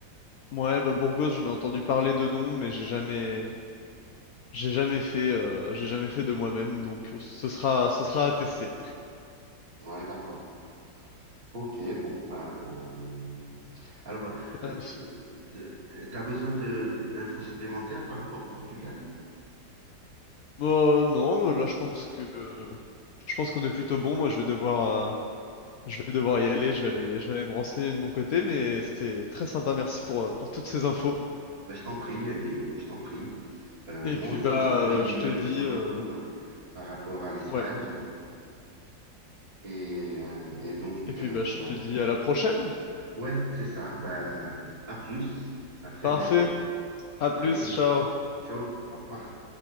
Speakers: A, on the left; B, on the right.
A: Ouais, bah Burgos, j'en ai entendu parler de nom, mais j'ai jamais j'ai jamais fait euh, j'ai jamais fait de moi-même, donc euh, ce sera ce sera à tester.
B: Ouais, d'accord. Ok, bon, ben. euh, alors, euh,
A: Ouais.
B: euh, t'as besoin de- d'infos supplémentaires par rapport au Portugal?
A: Euh, non, là je pense que je pense qu'on est plutôt bon. Moi, je vais devoir euh, je vais devoir y aller, je vais aller je vais aller me renseigner de mon côté, mais c'était très sympa, merci pour euh, pour toutes ces infos.
B: Bah, je t'en prie, Elio, je t'en prie. Euh,
A: Et
B: moi
A: puis
B: aussi,
A: bah
B: j'ai bien
A: euh,
B: aimé
A: je te
B: euh,
A: dis
B: ce retour
A: euh,
B: par rapport à l'Espagne.
A: ouais,
B: Et, euh, et donc,
A: et puis
B: euh,
A: bah je
B: ben,
A: te dis à la prochaine.
B: ouais, c'est ça. Ben, à plus, à très
A: Parfait.
B: bientôt.
A: À plus,
B: Allez,
A: ciao.
B: ciao, au revoir.